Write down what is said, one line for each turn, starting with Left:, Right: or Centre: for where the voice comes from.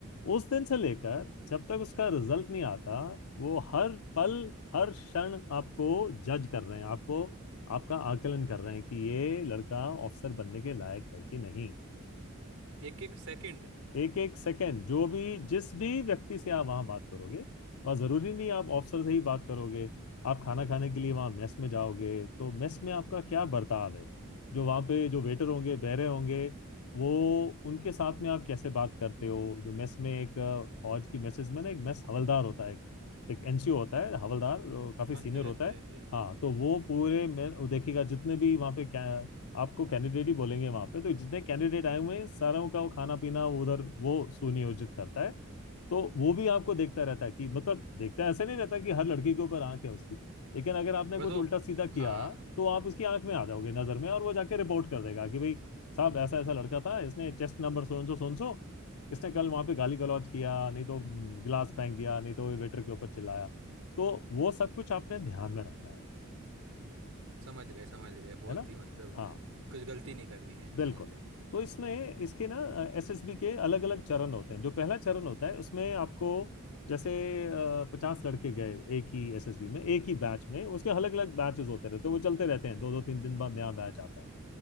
Left: उस दिन से लेकर जब तक उसका रिजल्ट नहीं आता वो हर पल हर क्षण आपको जज कर रहे हैं आपको आपका आकलन कर रहे हैं कि ये लड़का ऑफिसर बनने के लायक है कि नहीं
Right: एक एक सेकंड
Left: एक एक सेकंड जो भी जिस भी व्यक्ति से आप वहां बात करोगे वहां जरूरी नहीं आप ऑफिसर से ही बात करोगे आप खाना खाने के लिए वहां मेस में जाओगे तो मेस में आपका क्या बर्ताव है जो वहां पे जो वेटर होंगे बैरे होंगे वो उनके साथ में आप कैसे बात करते हो जो मेस में एक अ, फौज की मेसेज में ना एक मेस हवलदार होता है एक एनसीओ होता है हवलदार अ, काफी
Right: हाँ
Left: सीनियर
Right: जी हाँ
Left: होता
Right: जी
Left: है
Right: हाँ जी
Left: हाँ तो वो पूरे मैं वो देखेगा जितने भी वहाँ पे क्या आपको कैंडिडेट ही बोलेंगे वहां पे तो जितने कैंडिडेट आए हुए हैं सारों का वो खाना पीना उधर वो सुनियोजित करता है तो वो भी आपको देखता रहता है कि मतलब देखता है ऐसा नहीं रहता कि हर लड़की के ऊपर आंख है उसकी लेकिन अगर आपने
Right: बस
Left: कुछ
Right: वो
Left: उल्टा सीधा किया
Right: हाँ
Left: तो आप उसकी आंख में आ जाओगे नजर में और वो जाके रिपोर्ट कर देगा कि भाई साहब ऐसा ऐसा लड़का था इसने चेस्ट नंबर सोन सो सोन सो इसने कल वहां पे गाली गलौज किया नहीं तो गिलास फेंक दिया नहीं तो वेटर के ऊपर चिल्लाया तो वो सब कुछ आपने ध्यान में रखना है
Right: समझ गए समझ गए बहुत
Left: है ना
Right: ही मतलब
Left: हाँ
Right: कुछ गलती नहीं करनी है
Left: बिल्कुल
Right: समझ गए
Left: तो इसमें इसके ना एसएसबी के अलग अलग चरण होते हैं जो पहला चरण होता है उसमें आपको जैसे पचास लड़के गए एक ही एसएसबी में एक ही बैच में उसके अलग अलग बैचेस होते रहते हैं वो चलते रहते हैं दो दो तीन दिन बाद नया बैच आता है